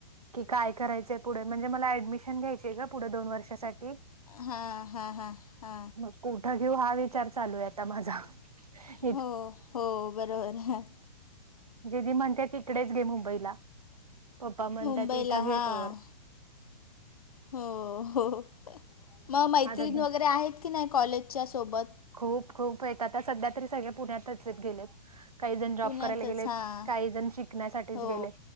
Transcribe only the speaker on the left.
हा हा हा हा
हो हो बरोबर हाय.
मुंबईला
हां
हो हो, मग मैत्रीण
वगैरे आहेत की नाही कॉलेजच्या सोबत?
पुण्यातच
हां
हो